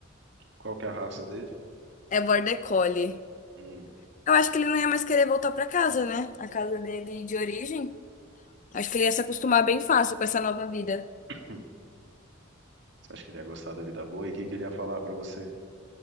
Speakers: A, on the right (about 60°); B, on the left (about 40°).
A: Qual que é a raça dele?
B: É border collie.
A: Hum.
B: Eu acho que ele não ia mais querer voltar pra casa, né? A casa dele de origem. Acho que ele ia se acostumar bem fácil com essa nova vida.
A: hum. Você acha que ele ia gostar da vida boa? E o que que ele ia falar pra você?